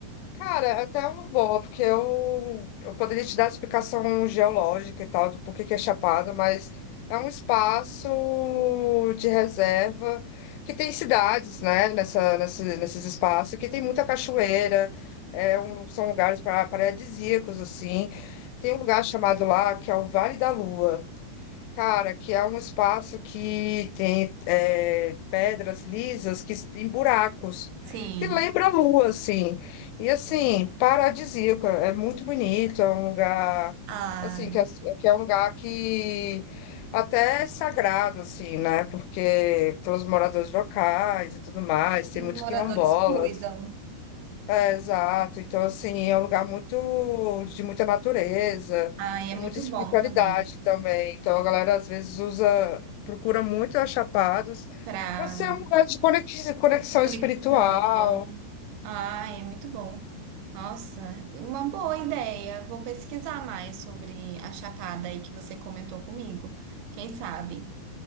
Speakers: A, on the left; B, on the right.
A: cara, é até uma boa, porque eu, eu poderia te dar a explicação geológica e tal, do porquê que é Chapada, mas é um espaço de reserva que tem cidades, né, nessa, nesse, nesses espaços, que tem muita cachoeira, é um, são lugares para paradisíacos, assim. Tem um lugar chamado lá que é o Vale da Lua. Cara, que é um espaço que tem é, pedras lisas que tem buracos,
B: Sim.
A: que lembra a lua, assim. E assim, paradisíaco, é muito bonito, é um lugar,
B: Ah,
A: assim, que é, que é um lugar que até é sagrado, assim, né? Porque pelos moradores locais e tudo mais, tem
B: E
A: muitos
B: os moradores
A: quilombolas.
B: cuidam.
A: Exato. Então, assim, é um lugar muito de muita natureza
B: ai, é
A: e
B: muito
A: muita espiritualidade
B: bom também.
A: também. Então, a galera às vezes usa, procura muito as Chapadas
B: Pra
A: para ser um lugar de conex- conexão
B: conexão.
A: espiritual.
B: Ah, é muito bom. Nossa, uma boa ideia. Vou pesquisar mais sobre a Chapada aí que você comentou comigo. Quem sabe?